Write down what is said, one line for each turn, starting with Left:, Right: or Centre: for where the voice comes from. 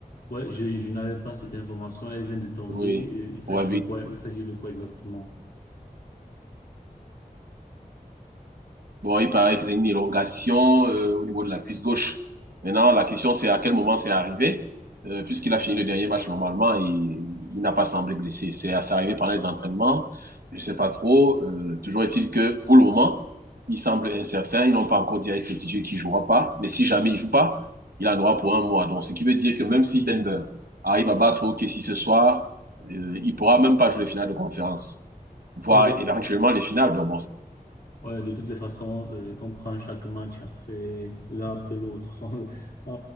Left: ouais, je, je n'avais pas cette information. Elle vient de tomber.
Right: Oui,
Left: Euh, il s'agit
Right: probabilités
Left: de quoi? Il s'agit de quoi exactement?
Right: Bon, il paraît qu'ils ont une élongation euh, au niveau de la cuisse gauche. Maintenant, la question, c'est à quel moment c'est arrivé, euh, puisqu'il a fini le dernier match normalement et il n'a pas semblé blessé. C'est c'est arrivé pendant les entraînements, je ne sais pas trop. Euh, toujours est-il que pour le moment, il semble incertain. Ils n'ont pas encore dit à certitude qu'il jouera pas, mais si jamais il ne joue pas, il en aura pour un mois. Donc, ce qui veut dire que même si Denver arrive à battre OKC ce soir, euh, il ne pourra même pas jouer les finales de conférence, voire
Left: Ah, de
Right: éventuellement les finales. Donc, bon,
Left: Ouais, de toutes les façons, euh, on prend chaque match après l'un après l'autre. <laughs> On on-